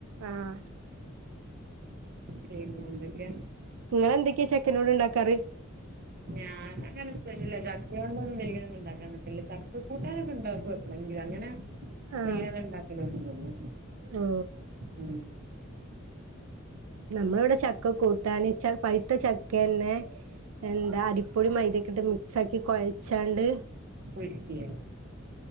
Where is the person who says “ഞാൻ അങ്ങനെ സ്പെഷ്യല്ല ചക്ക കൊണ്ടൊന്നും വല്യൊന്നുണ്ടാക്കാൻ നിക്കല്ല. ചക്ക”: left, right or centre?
Right